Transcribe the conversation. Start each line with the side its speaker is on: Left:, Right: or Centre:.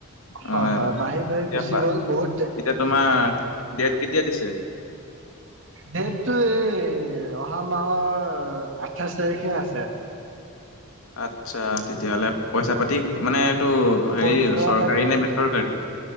Right: হয়
Left: অ',
Right: হয় বাঢ়ি বাঢ়ি গুচি
Left: এতি এতিয়া
Right: গ'ল বহুত
Left: তোমাৰ ডেট কেতিয়া দিছে?
Right: ডটটো এই অহা মাহৰ আঠাইছ তাৰিখে আছে।
Left: আচ্ছা তেতিয়া‌হলে পইচা পাতি, মানে এইটো হেৰি
Right: পইচা
Left: চৰকাৰী
Right: পাতি
Left: নে বেছ ৰকাৰী?